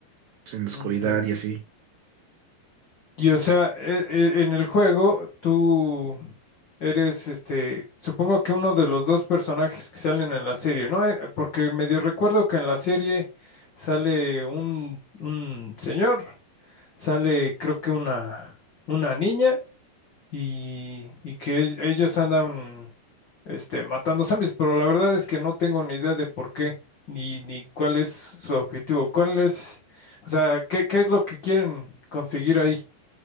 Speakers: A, on the right (about 80°); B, on the left (about 70°).
A: pues, en la
B: mm,
A: oscuridad
B: ya.
A: y así.
B: Y o sea, e- e- en el juego tú eres, este, supongo que uno de los dos personajes que salen en la serie, ¿no? Eh, Porque medio recuerdo que en la serie sale un, un señor, sale creo que una, una niña. y, y que e- ellos andan este, matando zombies, pero la verdad es que no tengo ni idea de por qué, ni, ni cuál es su objetivo, cuál es, o sea, qué, qué es lo que quieren conseguir ahí.